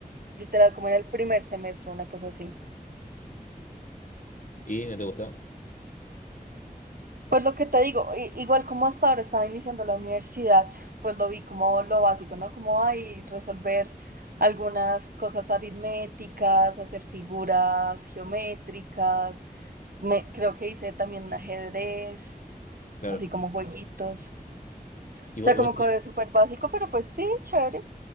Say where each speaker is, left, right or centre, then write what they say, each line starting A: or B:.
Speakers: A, on the right; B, on the left.
A: literal, como en el primer semestre, una cosa así.
B: ¿Y no te gusta?
A: Pues lo que te digo, i- igual como hasta ahora estaba iniciando la universidad, pues lo vi como lo básico, ¿no? Como hay resolver algunas cosas aritméticas, hacer figuras geométricas. Me, creo que hice también un ajedrez,
B: Claro.
A: así como jueguitos.
B: ¿Y
A: O
B: vos,
A: sea,
B: y
A: como
B: vos-
A: que súper básico, pero pues sí, chévere.